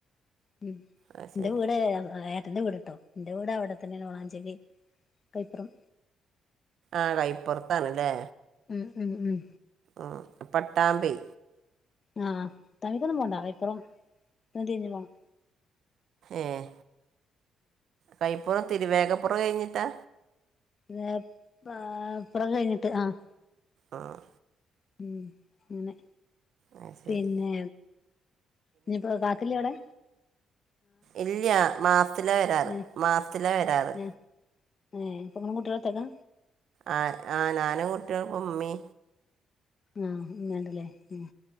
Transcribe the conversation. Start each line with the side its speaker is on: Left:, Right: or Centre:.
Left: ഉം
Right: ആ ശരി
Left: ന്റെ വീട് എർ എ ന്റെ വീടിട്ടോ ന്റെ വീടാവിടെത്തന്നെ ആണ്. വളാംഞ്ചേരി കൈപ്പറം
Right: ആഹ് കൈപ്പൊറത്താണ് ലേ
Left: ഉം ഉം ഉം
Right: ആഹ് പട്ടാമ്പി
Left: ആഹ് അത്താണിക്കൊന്നും പോണ്ട. അയ്പ്പുറം തിരിഞ്ഞ് പോണം.
Right: ഏഹ് കൈപ്പുറം തിരുവേഗപ്പുറം കയിഞ്ഞിട്ടാ.
Left: ന്നെ പാ പുറം കഴിഞ്ഞിട്ട് ആഹ്.
Right: ആഹ്
Left: ഉം ങ്ങനെ.
Right: ആ ശരി
Left: പിന്നെ ഇഞിപ്പോ കാക്കല്ലേ അവ്ടെ?
Right: ഇല്ല്യ മാസ്ത്തിലാ വരാറ്
Left: ഏഹ്
Right: മാസ്ത്തില വരാറ്.
Left: ഏഹ് ഏഹ്. ഇപ്പൊ ഇങ്ങളും കുട്ടിയേളും ഒറ്റക്കാ?
Right: ആഹ് ആഹ് നാനും കുട്ടിയേളും ഇപ്പ മ്മി.
Left: ആഹ് ഇമ്മണ്ട് ലേ. ആഹ്